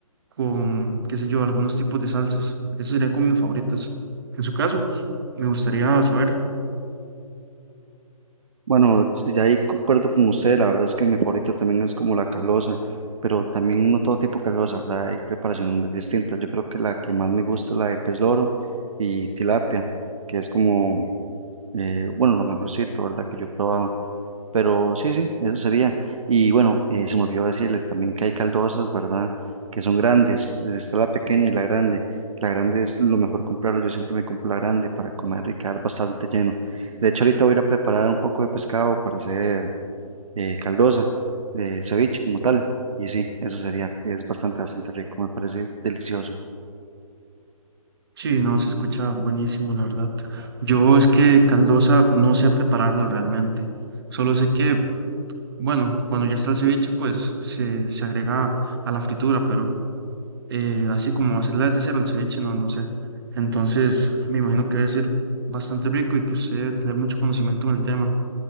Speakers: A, on the right (about 40°); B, on the right (about 60°).
A: con, qué sé yo, algunos tipos de salsas. Esos serían como mis favoritas. En su caso, me gustaría saber.
B: Bueno, sí, ya ahí concuerdo con usted, la verdad es que mi favorito también es como la calosa, pero también no todo tipo de calosa, ¿verdad? Hay preparaciones muy distintas. Yo creo que la que más me gusta es la de pez loro y tilapia, que es como, eh, bueno, lo mejorcito, ¿verdad? Que yo he probado. Pero sí, sí, eso sería. Y bueno, eh, se me olvidó decirle también que hay caldosas, ¿verdad? Que son grandes. eh, Está la pequeña y la grande. La grande es lo mejor comprarla. Yo siempre me compro la grande para comer y quedar bastante lleno. De hecho, ahorita voy a ir a preparar un poco de pescado para hacer eh, caldosa de ceviche como tal. Y sí, eso sería. Es bastante, bastante rico. Me parece delicioso.
A: Sí, no, se escucha buenísimo, la verdad. Yo es que caldosa no sé prepararla realmente. Solo sé que Bueno, cuando ya está el ceviche, pues se, se agrega a la fritura, pero eh, así como hacerla desde cero el ceviche, no, no sé. Entonces, me imagino que debe ser bastante rico y que usted debe tener mucho conocimiento en el tema.